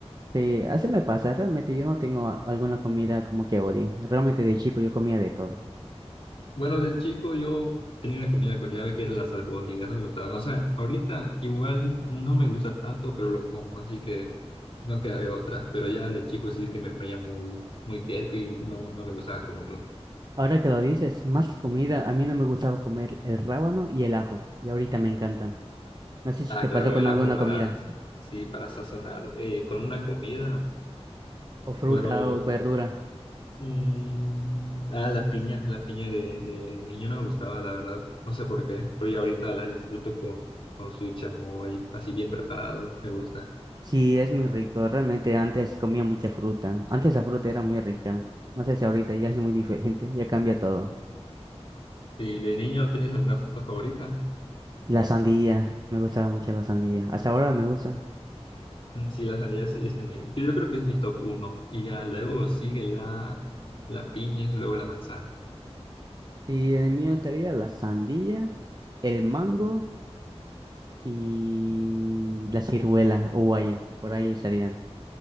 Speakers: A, on the right (about 40°); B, on the left (about 55°).
A: Sí, así me pasa, realmente yo no tengo a- alguna comida como que odie. Realmente de chico yo comía de todo.
B: Bueno, de chico yo tenía una comida con llave que era las albóndigas, no me gustaban. O sea, ahorita igual no me gusta tanto, pero lo como, así que no queda de otra. Pero ya de chico sí es que me ponía muy, muy terco y no, no me gustaba comerlo.
A: Ahora que lo dices, más que comida, a mí no me gustaba comer el rábano y el ajo, y ahorita me encantan. No sé si
B: Ah,
A: te
B: claro,
A: pasó con
B: el ajo
A: alguna
B: para,
A: comida.
B: sí, para sazonar eh, con una comida.
A: O fruta
B: Bueno,
A: o verdura.
B: mm, ah, la piña, la piña de, de niño no me gustaba, la verdad. No sé por qué, pero ya ahorita la disfruto con, con su chamoy, así bien preparado, me gusta.
A: Sí, es muy rico. Realmente antes comía mucha fruta. Antes la fruta era muy rica. No sé si ahorita ya es muy diferente. Ya cambia todo.
B: ¿Y de niño tenías alguna fruta favorita?
A: La sandía. Me gustaba mucho la sandía. Hasta ahora me gusta.
B: Mm, Sí, la sandía sí, es de mi, que yo creo que es mi top uno. Y ya luego sigue la, la piña, luego la manzana.
A: Y en el mío estaría la sandía, el mango y la ciruela o guaya. Por ahí estarían.